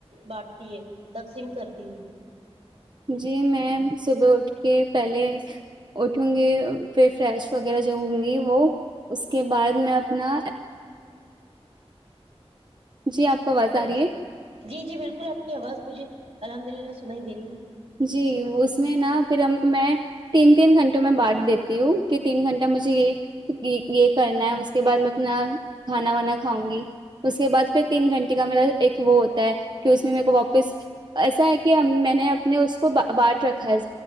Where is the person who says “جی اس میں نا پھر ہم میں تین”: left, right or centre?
Right